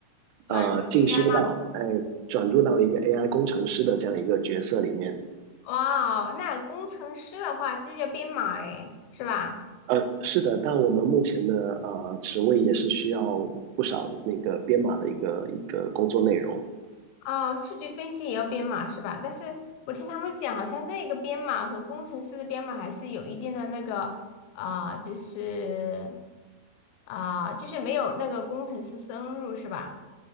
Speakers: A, on the left; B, on the right.
A: 转入
B: 呃进修到，
A: AI。
B: 哎，转入到一个 AI 工程师的这样一个角色里面。
A: 哇哦，那工程师的话，这叫编码诶，是吧？
B: 呃，是的，但我们目前的呃职位也是需要不少那个编码的一个一个工作内容。
A: 哦，数据分析也要编码是吧？但是我听他们讲，好像这个编码和工程师的编码还是有一定的那个啊、就是啊、就是没有那个工程师深入是吧？